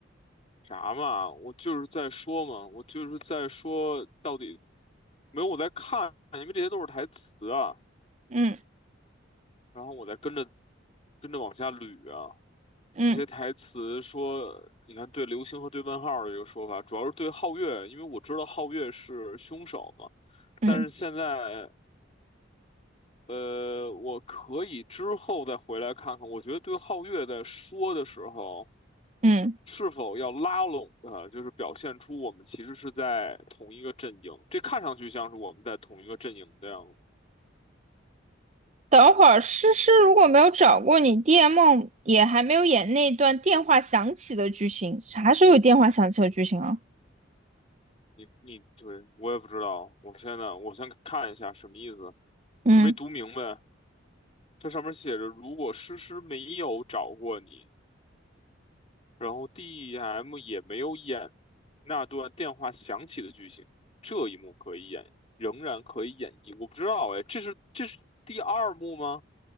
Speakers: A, on the left (about 30°); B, on the right (about 35°).
A: 啥嘛？我就是在说嘛，我就是在说到底没有我在看，因为这些都是台词啊，
B: 嗯
A: 然后我在跟着跟着往下捋啊，
B: 嗯
A: 这些台词说，你看对流星和对问号的一个说法，主要是对皓月，因为我知道皓月是凶手嘛。
B: 嗯
A: 但是现在呃，我可以之后再回来看看。我觉得对皓月在说的时候，
B: 嗯。
A: 是否要拉拢他，就是表现出我们其实是在同一个阵营。这看上去像是我们在同一个阵营的样子。
B: 等会儿诗诗如果没有找过你，d M 也还没有演那段电话响起的剧情。啥时候有电话响起的剧情啊？
A: 你你对我也不知道，我现在我先看一下什么意思，
B: 嗯，
A: 我都没读明白。这上面写着，如果诗诗没有找过你。然后 d m 也没有演那段电话响起的剧情，这一幕可以演，仍然可以演绎。我不知道哎，这是这是第二幕吗？